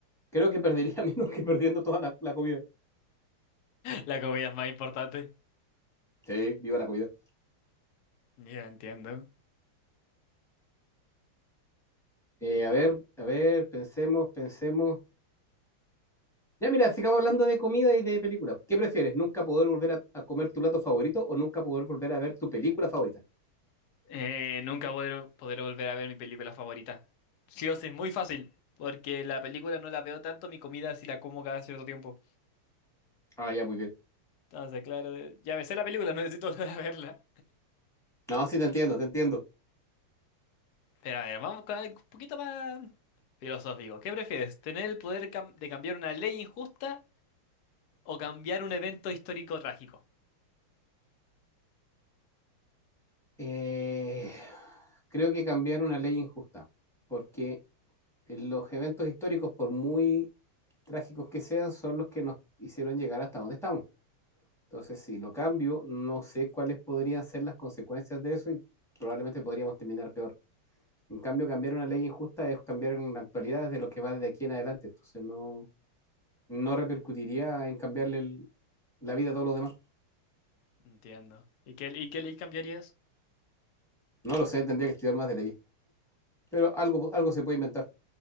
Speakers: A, in the centre; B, on the left (about 60°).
A: creo que perdería <laughs> menos que perdiendo toda la, la comida.
B: La comida es más importante.
A: Sí, viva la comida.
B: Ya entiendo.
A: Eh, a ver, a ver, pensemos, pensemos. Ya, mira, sigamos hablando de comida y de películas. ¿Qué prefieres? ¿Nunca poder volver a, a comer tu plato favorito o nunca poder volver a ver tu película favorita?
B: Eh, nunca poder, poder volver a ver mi película favorita. Sí o sí, muy fácil. Porque la película no la veo tanto, mi comida sí la como cada cierto tiempo.
A: Ah, ya, muy bien.
B: Entonces, claro, eh, ya me sé la película, no necesito volver a verla.
A: No, sí, te entiendo, te entiendo.
B: Pero a ver, vamos con algo un poquito más filosófico. ¿Qué prefieres? ¿Tener el poder cam- de cambiar una ley injusta? O cambiar un evento histórico trágico.
A: Eh, creo que cambiar una ley injusta, porque en los eventos históricos, por muy trágicos que sean, son los que nos hicieron llegar hasta donde estamos. Entonces, si lo cambio, no sé cuáles podrían ser las consecuencias de eso y probablemente podríamos terminar peor. En cambio, cambiar una ley injusta es cambiar en la actualidad desde lo que va desde aquí en adelante. Entonces, no, no repercutiría en cambiarle el- la vida a todos los demás.
B: Entiendo. ¿Y qué, y qué ley cambiarías?
A: No lo sé, tendría que estudiar más de ley. Pero algo, algo se puede inventar.